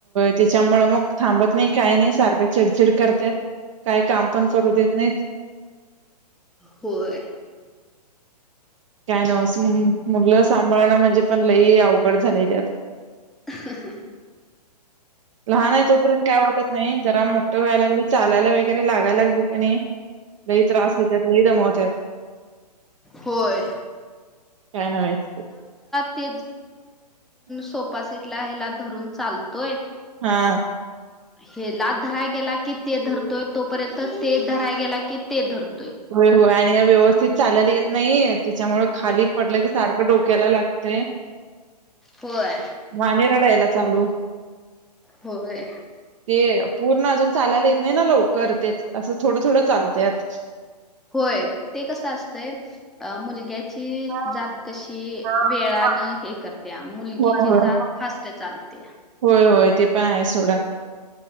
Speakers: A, on the right; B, in the centre.
A: त्याच्यामुळे मग थांबत नाही काही नाही सारखं चिडचिड करतात काय काम पण करू देत नाहीत
B: होय
A: काय नवस मुललं सांभाळणं म्हणजे पण लई अवघड झालेय ते आता
B: ह
A: लहान आहे तोपर्यंत काय वाटत नाही जरा मोठं व्हायला लागले चालायला वगैरे लागायला लागली क नाही लइ त्रास देता त लइ दमवतात
B: होय.
A: नाच
B: झा क सो रून चालतोय
A: हा
B: हे लाच धराय गेला कि ते धरतोय तोपर्यंत ते धराय गेला कि ते धरतो
A: हो हो आणि हो ते चालले येत नाही त्याच्यामु खाली पडलं की सारखं डोक केला लागते
B: होय
A: मान रडा यला चालू
B: होय
A: ते पूर्ण अजून चालायला येत नाही ना लवकर तेच असं थोडं थोडं चालतत
B: होय ते कस असतंय मुलग्या
A: हां.
B: जात कशी
A: हां.
B: वेळान त्या मुलगीची
A: होय, होय.
B: जात फास्ट चालते
A: होय, होय. ते पण आहे सोडा